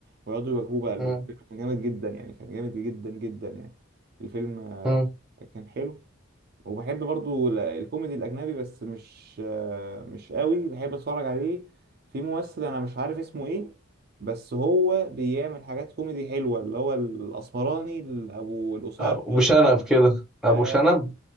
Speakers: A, on the right; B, in the centre.
A: ويقعدوا يواجهوه بقى الفيلم
B: مم،
A: كان جامد جدا يعني كان جامد جدا جدا يعني الفيلم آه،
B: مم.
A: كان حلو وبحب برضو ال- الكوميدي الاجنبي بس مش آه، مش قوي بحب اتفرج عليه في ممثل انا مش عارف اسمه ايه بس هو بيعمل حاجات كوميدي حلوه اللي هو الاسمراني ابو القصير
B: آه، ابو
A: شويه
B: شنب كده ابو
A: أي-
B: شنب